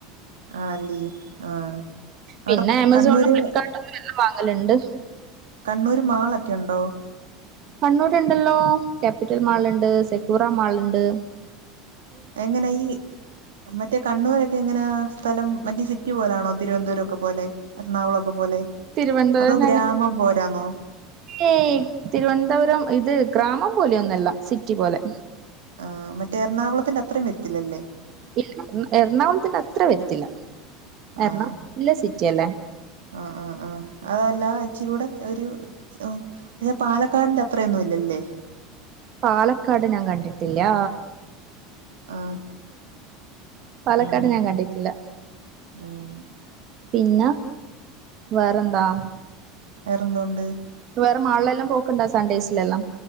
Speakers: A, on the right; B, on the right.
A: ആണല്ലേ ആഹ് അവിടെ
B: പിന്നെ ആമസോണും
A: കണ്ണൂര്
B: ഫ്ലിപ്കാർട്ടുന്നും എല്ല വാങ്ങി അല്ലണ്ട്
A: കണ്ണൂര് മാളൊക്കെ ഉണ്ടോ
B: കണ്ണൂർണ്ടല്ലോ ക്യാപിറ്റൽ മാൾ ഇണ്ട് സെക്കുറ മാൾ ഇണ്ട്
A: എങ്ങനെ ഈ മറ്റേ കണ്ണൂരൊക്കെ ഇങ്ങനെ സ്ഥലം മറ്റസിറ്റി പോലാണോ തിരുവനപുരം ഒക്കെ പോലെ എറണാകുളൊക്കെ പോലെ
B: തിരുവനന്തപുരം
A: അതോ
B: ഞങ്ങ
A: ഗ്രാമം പോലാന്നോ
B: ഏഹ്തിരുവനന്തപുരം ഇത് ഗ്രാമം പോലെയൊന്നല്ല സിറ്റി പോലെ
A: ആഹ് മറ്റേ എറണാകുളത്തിന്റെ അത്രയും വര്ത്തില്ലല്ലേ
B: ഇല്ല എറണാകുളത്തിന്റ അത്ര വരത്തില്ല എറണാകുളം
A: ആഹ്ആഹ്ആഹ്
B: നല്ല സിറ്റി അല്ലേ
A: ആഹ് അതല്ല അചിരൂടെ ഒരു ഓ പാലക്കാടിന്റെ അത്രയൊന്നും ഇല്ലല്ലേ
B: പാലക്കാട് ഞാൻ കണ്ടിട്ടില്ലാ
A: ആഹ്
B: പാലക്കാട്
A: ഉം
B: ഞാൻ കണ്ടിട്ടില്ല
A: ഉം
B: പിന്നെ വേറെന്താ
A: വേറെന്തൊണ്ട്
B: വേറെ മാളിലെല്ലാം പോക്ക്ണ്ട സൺഡേസിലെല്ലാം